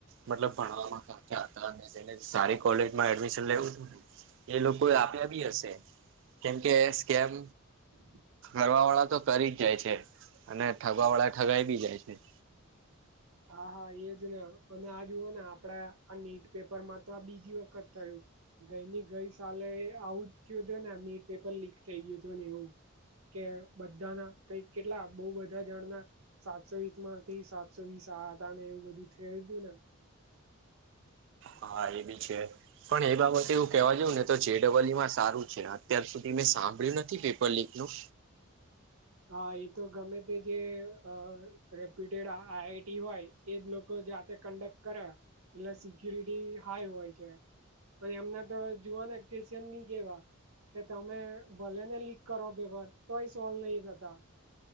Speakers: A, on the right (about 60°); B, on the right (about 85°).
A: મતલબ ભણવામાં <unintelligible> સારી કોલેજમાં એડમિશન લેવું એ લોકોએ આપ્યા બી હશે કેમકે સ્કેમ
B: હમ
A: કરવા વાળા તો કરી જ જાય છે, અને ઠગવા વાળા ઠગાવી બી જાય છે.
B: હા હા એજ ને અને આ જુઓ ને આપડા આ નીટ પેપર માં તો આ બીજી વખત થયું ગઈ ની ગઈ સાલે આવું જ થયું હતું ને એમ નીટ પેપર લીક થઈ ગયું હતું ને એવું કે બધાના કઈક કેટલા બઉ બધા જણ ના સાતસો વીસમાંથી સાત <unintelligible> સાદા ને એવું બધું થયું હતું ને
A: હા એ બી છે. પણ એ બાબતે એવું કેવા જોવ ને તો જેડબલયુમાં સારું છે, અત્યાર સુધી મેં સાંભળ્યું નથી પેપર લીક નું
B: હા એ તો ગમે તે જે અ રેપ્યુટેડ આઈઆઈટી હોય એજ લોકો જાતે કન્ડક્ટ કરે એટલે સિકુરિટી હાઈ હોય છે. અને એમના તો જુવાને કેસન બી કેવા કે તમે ભલે ને લીક કરો પેપર તોય સોલ્ નહી થતા